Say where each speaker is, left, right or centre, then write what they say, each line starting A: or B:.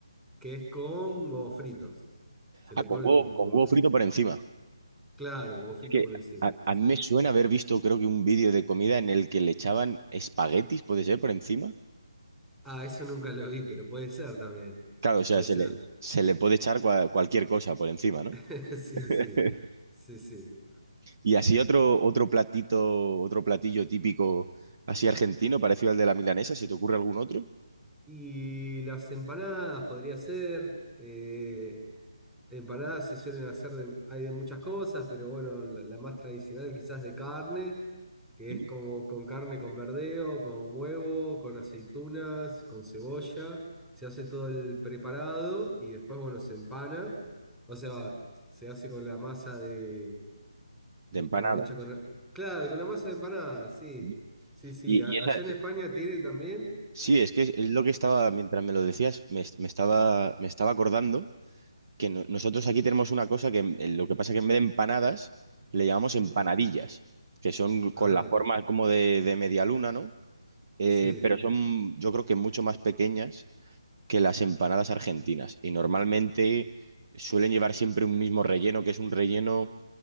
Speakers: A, in the centre; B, on the right.
A: que es con huevos fritos. Se
B: Ah,
A: le ponen
B: con huevo, con
A: huevos
B: huevo frito por encima.
A: Claro, huevo frito
B: Es que
A: por encima.
B: a,
A: Sí.
B: a mí me suena haber visto, creo que un vídeo de comida en el que le echaban espaguetis, ¿puede ser, por encima?
A: Ah, eso nunca lo vi, pero puede ser también.
B: Claro, o sea,
A: Puede
B: se
A: ser.
B: le, se le puede echar cua- cualquier cosa por encima, ¿no?
A: <laughs>
B: <laughs>
A: Sí, sí. Sí, sí.
B: Y así otro, otro platito, otro platillo típico así argentino, parecido al de la milanesa, ¿se te ocurre algún otro?
A: Y las empanadas podría ser. eh, empanadas se suelen hacer de, hay de muchas cosas, pero bueno, la, la más tradicional quizás de carne, que
B: Mm.
A: es como con carne con verdeo, con huevo, con aceitunas, con cebolla. Se hace todo el preparado y después, bueno, se empana. O sea, se hace con la masa de De,
B: De empanada.
A: como hecha con... Claro, con una masa de empanada, sí.
B: Mm.
A: Sí, sí.
B: Y,
A: A-
B: y esa...
A: allá en España tienen también.
B: Sí, es que es, es lo que estaba,
A: Sí.
B: mientras me lo decías, me, me estaba, me estaba acordando que no- nosotros aquí tenemos una cosa que en- en lo que pasa es que en vez de empanadas le llamamos
A: Sí.
B: empanadillas, que son con
A: Ah,
B: la
A: ok.
B: forma como de, de media luna, ¿no? Eh,
A: Sí.
B: pero son yo creo que mucho más pequeñas que las empanadas argentinas y normalmente suelen llevar siempre un mismo relleno, que es un relleno